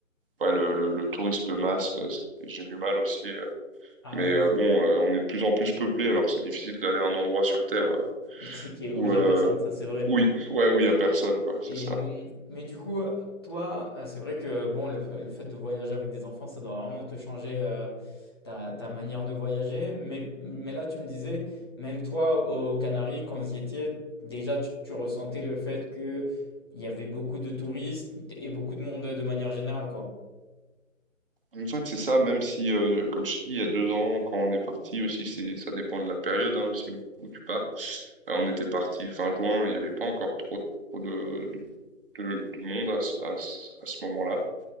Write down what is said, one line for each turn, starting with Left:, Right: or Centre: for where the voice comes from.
Right: ouais, le, le, le tourisme de masse, euh, c'est- j'ai du mal aussi. euh.
Left: Ah
Right: Mais
Left: ouais,
Right: euh, bon, euh, on est de plus en plus peuplé, alors c'est difficile d'aller à un endroit sur Terre euh,
Left: <laughs> qui- qui-
Right: où,
Left: où il
Right: euh,
Left: y a personne, ça c'est vrai.
Right: oui, ouais, où il y a personne, quoi. C'est
Left: Et,
Right: ça.
Left: mais du coup, toi, euh, c'est vrai que bon, le, le fait de voyager avec des enfants, ça doit vraiment te changer euh, ta, ta manière de voyager. Mais, mais là, tu me disais, même toi, aux Canaries, quand vous y étiez, déjà, tu, tu ressentais le fait qu'il y avait beaucoup de touristes et beaucoup de monde de manière générale, quoi.
Right: En fait, c'est ça, même si, euh, comme je te dis, il y a deux ans, quand on est parti aussi, c'est, ça dépend de la période hein, aussi où, où tu pars. Euh, on était parti fin juin, il n'y avait pas encore trop, trop de, de- de monde à, ce- à ce à ce moment-là.